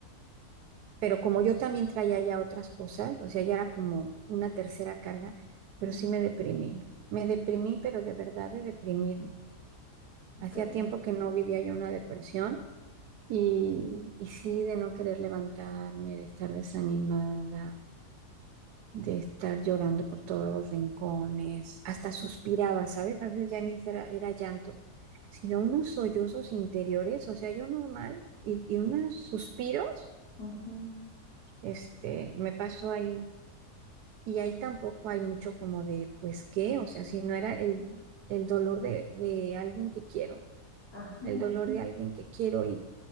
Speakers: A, on the right; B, on the left.
A: pero como yo también traía ya otras cosas, o sea, ya era como una tercera carga, pero
B: ujú,
A: sí me deprimí. Me deprimí, pero de verdad de deprimirme.
B: Es
A: Hacía
B: que son-
A: tiempo que no vivía yo una depresión. Y, y sí, de no querer levantarme, de estar desanimada, de estar llorando por todos los rincones, hasta suspiraba, ¿sabes? A veces ya ni era, era llanto, sino unos sollozos interiores, o sea, yo normal, y, y unos suspiros,
B: ujú,
A: este, me pasó ahí. Y ahí tampoco hay mucho como de, pues, ¿qué? O sea, si no era el,
B: ujú,
A: el dolor de, de alguien que quiero,
B: ajá.
A: el dolor de alguien que quiero y,